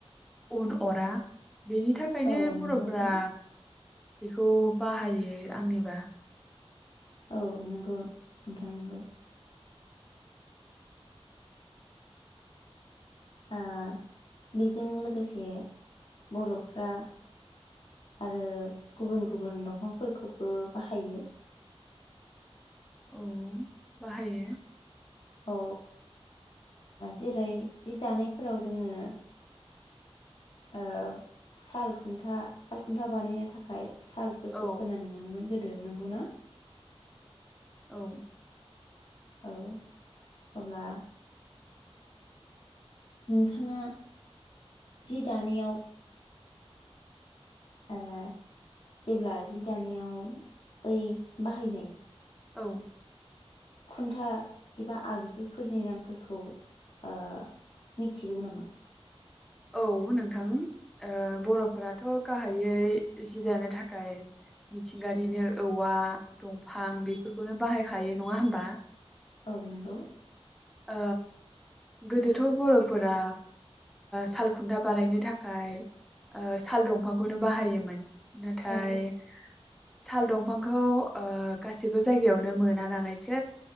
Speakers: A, in the centre; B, on the left (about 55°).
A: उन अरा। बेनि थाखायनो
B: औ नंगौ
A: बर'फोरा
B: नोंथां
A: बेखौ बाहायो आंनिबा।
B: औ नोंगौ नोंथां नोंगौ। आ बेजों लोगोसे बर'फ्रा आरो गुबुन गुबुन दंफांफोरखौबो बाहायो।
A: औ बाहायो।
B: औ जेरै जि दानायफोराव जोङो ओ साल खुन्था साल खुन्था बानायनो थाखाय सालफोरखौ
A: औ
B: खोनानो मोनोमोन गोदो। नोंगौना?
A: औ।
B: औ अब्ला नोंथाङा जि दानायाव ओ जेब्ला जि दानायाव बै बाहायनाय
A: औ।
B: खुन्था एबा आगजुफोरनि नामफोरखौ ओ मिथिगौ नामा?
A: औ नोंथां ओ बर'फोराथ गाहायै जि जानो थाखाय मिथिंगानिनो औवा दंफां बेफोरखौनो बाहायखायो नङा होमबा।
B: औ नोंगौ।
A: ओ गोदोथ बर'फोरा सालखुन्था बानायनो थाखाय साल दंफांखौनो बाहायोमोन। नाथाय
B: औ
A: साल दंफांखौ ओ गासिबो जायगायावनो मोना नालायथो